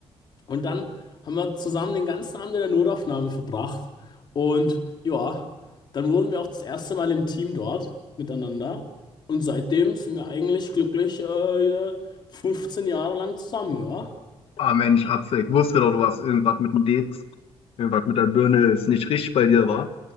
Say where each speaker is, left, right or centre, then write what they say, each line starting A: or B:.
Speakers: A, on the left (about 45°); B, on the left (about 65°).
A: Und dann haben wir zusammen den ganzen Abend in der Notaufnahme verbracht. Und ja, dann wurden wir auch das erste Mal im Team dort miteinander. Und seitdem sind wir eigentlich glücklich äh, äh, 15 Jahre lang zusammen, ja.
B: Ah Mensch, Atze, ich wusste doch, du hast irgendwas mit dem Dez, irgendwas mit der Birne ist nicht richtig bei dir, war.